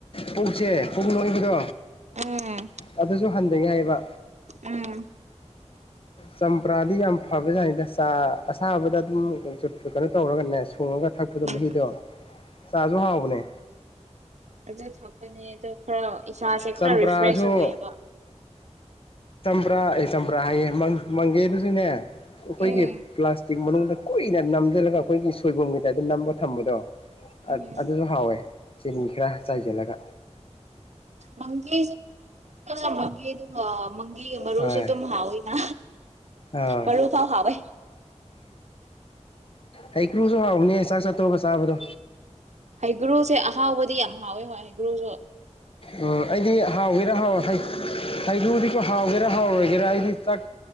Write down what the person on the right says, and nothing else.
ꯎꯝ
ꯎꯝ
ꯎꯝ
ꯑꯗꯨꯗ ꯊꯛꯄꯅꯦ ꯑꯗꯣ ꯈꯔ ꯏꯁꯥꯁꯦ
ꯈꯔ ꯔꯤꯐ꯭ꯔꯦꯁ ꯑꯣꯏꯌꯦꯕ
ꯎꯝ
ꯎꯝ
<unintelligible> ꯃꯪꯁꯨ ꯑꯗꯨꯗꯨ ꯃꯪꯒꯤ ꯃꯔꯨꯁꯨ
ꯑꯗꯨꯝ ꯍꯥꯑꯣꯏ ꯑ
ꯃꯔꯔꯨ ꯐꯥꯎ ꯐꯋꯦ
ꯍꯩꯒꯨꯔꯨꯁꯦ ꯑꯍꯥꯎꯕꯗꯤ ꯍꯥꯎ ꯍꯣꯏ ꯍꯒ꯭ꯔꯨꯖ